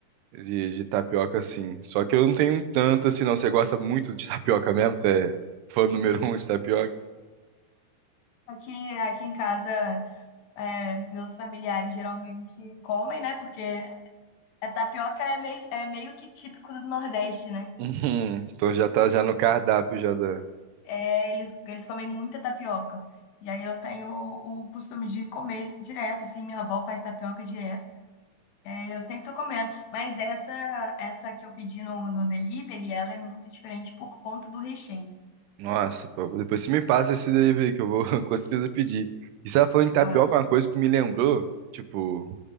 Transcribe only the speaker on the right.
de, de tapioca, assim. Só que eu não tenho tanto assim, não. Você gosta muito de tapioca mesmo? Você é fã número um de tapioca?
Uhum. Então já tá já no cardápio já da.
Nossa, pô, depois você me passa esse delivery que eu vou <laughs> com certeza pedir. E você tava falando de tapioca,
uma coisa que me lembrou, tipo,